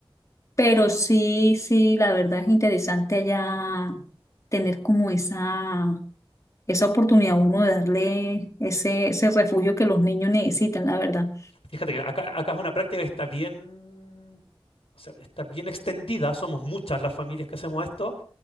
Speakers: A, on the left; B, on the left.
A: Pero sí, sí, la verdad es interesante allá tener como esa esa oportunidad a uno de darle ese, ese refugio que los niños necesitan, la verdad.
B: Fíjate que acá, acá es una práctica que está bien, o sea, está bien extendida. Somos muchas las familias que hacemos esto